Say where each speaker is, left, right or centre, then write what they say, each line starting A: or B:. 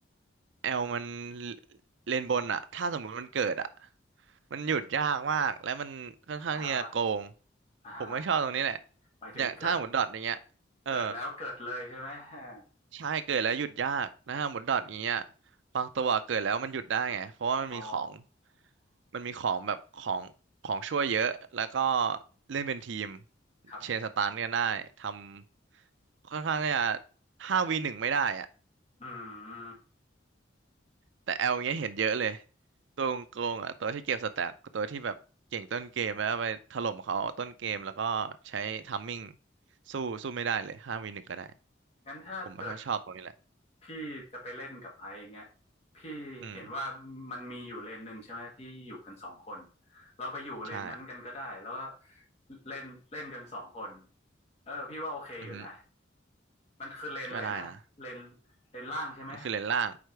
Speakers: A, on the right; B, on the left.
A: แอลมันเลนบนอะถ้าสมมุติมันเกิดอะมันหยุดยากมาก และมันค่อนข้างที่จะโกง
B: อ่าฮะอ่าฮะ
A: ผมไม่ชอบตรงนี้แหละ
B: หมายถึงเกิด
A: อย่างถ้าหมุนดอทอย่างเงี้ยเออ
B: เกิดแล้วเกิดเลยใช่ไหมอ่า
A: ใช่เกิดแล้วหยุดยากนะฮะาหมุนดอทอย่างเงี้ยบางตัวเกิดแล้วมันหยุดได้ไงเพราะว่ามันมีของ
B: อ๋อ
A: มันมีของแบบของของช่วยเยอะแล้วก็เล่นเป็นทีม
B: ครับ
A: เชนสตาร์กันได้ ทำค่อนข้างเนี่ยห้าวีหนึ่งไม่ได้อ่ะ
B: อืม
A: แต่แอลเงี้ยเห็นเยอะเลยตัวโกงๆอ่ะตัวที่เก็บสแต็กตัวที่แบบเก่งต้นเกมแล้วไปถล่มเขาต้นเกมแล้วก็ใช้ทัมมิ่งสู้สู้ไม่ได้เลยห้าวีหนึ่งก็ได้
B: งั้นถ้าเกิด
A: ผมไม่ค่อยชอบตรงนี้แหละ
B: พี่จะไปเล่นกับไอซ์เงี้ยพี่เห็นว่ามันมีอยู่เลนหนึ่งใช่ไหมที่อยู่กันสองคน
A: อืม
B: เราไปอยู่เลนนั้นกันก็ได้แล้วก็
A: ใช่
B: เล่นเล่นกันสองคนเออพี่ว่าโอเคอยู่นะ
A: อือฮึ
B: มันคือเลนอะไรนะเลน
A: ก็ได้นะ
B: เลนล่างใช่ไหม
A: มันคือเลนล่าง